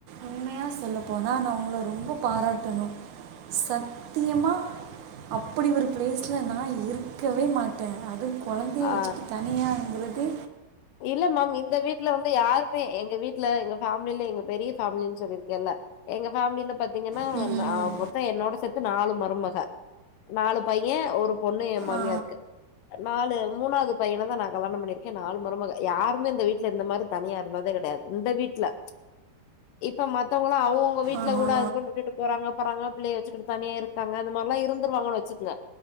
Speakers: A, on the right; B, on the left.
A: உண்மையா சொல்ல போனா நா உங்கள ரொம்ப பாராட்டணும் சத்தியமாக அப்படி ஒரு ப்ளேஸ்ல நா இருக்கவே மாட்டேன் அதுவும் கொழந்தைய
B: ஆ
A: வச்சுட்டு தனியாங்குறது
B: இல்ல மேம் இந்த வீட்டுல வந்து யாருமே எங்க வீட்டுல எங்க ஃபேமிலில எங்க பெரிய ஃபேமிலின்னு சொல்லியிருக்கேல்ல எங்க ஃபேமிலில பாத்தீங்கன்னா
A: ம்
B: மொத்தம் என்னோட சேத்து நாலு மருமக நாலு பையன் ஒரு பொண்ணு என் மாமியாருக்கு
A: ஆ
B: நாலு மூணாவது பையனதா நா கல்யாணம் பண்ணிருக்கேன் நாலு மருமக யாருமே இந்த வீட்டுல இந்த மாரி தனியா இருந்ததே கிடையாது இந்த வீட்டுல இப்ப மத்தவுங்களா அவுங்கவுங்க வீட்ல
A: ஆஹா
B: கூட ஹஸ்பண்ட் விட்டுட்டு போறாங்க பாறாங்க பிள்ளைய வச்சுட்டு தனியா இருக் காங்க அந்த மாதிரில்லாம் இருந்துருவாங்கன்னு வச்சுக்குங்க